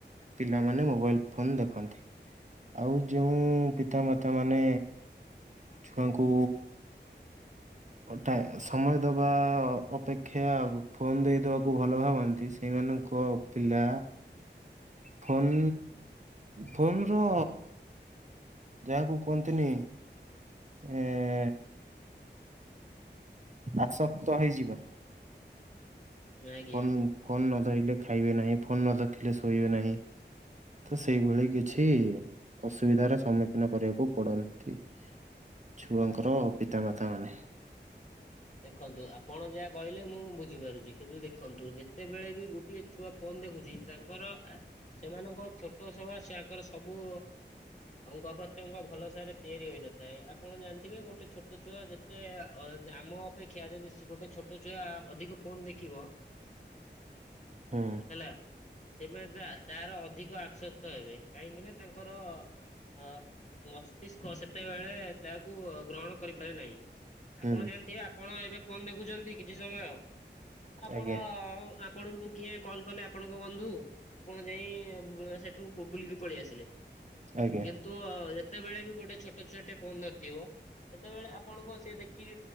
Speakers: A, on the right; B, on the left.
A: ପିଲାମାନେ ମୋବାଇଲ ଫୋନ୍ ଦେଖନ୍ତି। ଆଉ ଯେଉଁ ପିତାମାତା ମାନେ ଛୁଆଙ୍କୁ ଟା ସମୟ ଦେବା ଅପେକ୍ଷା ଫୋନ୍ ଦେଇଦବାକୁ ଭଲ ଭାବନ୍ତି ସେଇମାନଙ୍କ ପିଲା ଫୋନ୍ ଫୋନର ଯାହାକୁ କୁହନ୍ତିନି ଏଁ ଆସକ୍ତ ହେଇଯିବା
B: ଆଜ୍ଞା।
A: ଫୋନ ଫୋନ ନ ଧଇଲେ ଖାଇବେ ନାହିଁ ଫୋନ ନ ଦେଖିଲେ ଶୋଇବେ ନାହିଁ। ତ ସେଇଭଳି କିଛି ଅସୁବିଧାର ସମ୍ମୁଖୀନ କରିବାକୁ ପଡନ୍ତି। ଛୁଆଙ୍କର ପିତାମାତା ମାନେ।
B: ଦେଖନ୍ତୁ ଆପଣ ଯାହା କହିଲେ ମୁଁ ବୁଝିପାରୁଛି କିନ୍ତୁ ଦେଖନ୍ତୁ ଯେତେବେଳେ ବି ଗୋ ଟିଏ ଛୁଆ ଫୋନ ଦେଖୁଛି ତାଙ୍କର ସେମାନଙ୍କ ଛୋଟ ସେବା ସେ ଆଙ୍କର ସବୁ ଅଙ୍ଗ ପ୍ରତ୍ୟଙ୍ଗ ଭଲସାରେ ତିଆରି ହୋଇନଥାଏ। ଆପଣ ଜାଣିଥିବେ ଗୋଟେ ଛୋଟ ଛୁଆ ଯେ ଟିଏ ଇଏ ଆମ ଅପେକ୍ଷା ଯଦି ଗୋଟେ ଛୋଟ ଛୁଆ ଅଧିକ ଫୋନ ଦେଖିବ
A: ହୁଁ
B: ହେଲା ସେମାନେ ତାର ଅଧିକ ଆଶଵସ୍ତ ହେବେ କାହିଁକି ନା ତାଙ୍କର ହଁ ମସ୍ତିଷ୍କ ସେତେବେଳେ ତାହାକୁ ଗ୍ରହଣ କରିପାରେ ନାହିଁ। ଆପଣ
A: ହୁଁ
B: ଜାଣିଥିବେ ଆପଣ ଏବେ ଫୋନ ଦେଖୁଛନ୍ତି କିଛି ସମୟ, ଆପଣ
A: ଆଜ୍ଞା।
B: ଆ ଆପଣଙ୍କୁ କିଏ କଲ କଲେ ଆପଣଙ୍କ ବନ୍ଧୁକୁ ଆପଣ ଯାଇ ସେଠୁ ବୁଲିକି ପଳେଇ ଆସିଲେ।
A: ଆଜ୍ଞା
B: କିନ୍ତୁ ଯେତେବେଳେ ବି ଗୋଟେ ଛୋଟଛୁଆଟେ ଫୋନ ଧରିଥିବ ସେତେବେଳେ ଆପଣଙ୍କ ସିଏ ଦେଖି